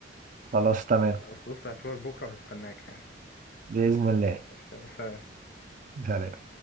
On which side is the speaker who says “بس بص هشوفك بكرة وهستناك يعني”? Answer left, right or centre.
Left